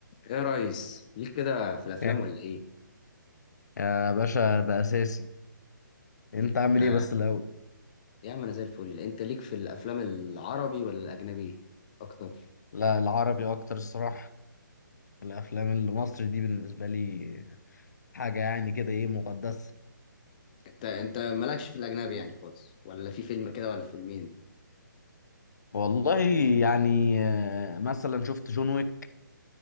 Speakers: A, on the left; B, on the left.
A: ايه يا ريس ليك كده في الافلام
B: إيه؟
A: ولا ايه
B: يا باشا ده اساسي
A: ليك
B: انت عامل
A: آه،
B: ايه بس الاول
A: يا عم انا زي الفل انت ليك في الافلام العربي ولا الاجنبي اكتر
B: لا العربي اكتر الصراحه الافلام المصري دي بالنسبه لي حاجه يعني كده ايه مقدسه
A: انت انت مالكش في الاجنبي يعني خالص ولا في فيلم كده ولا فيلمين
B: والله يعني آه، مثلا شفت جون ويك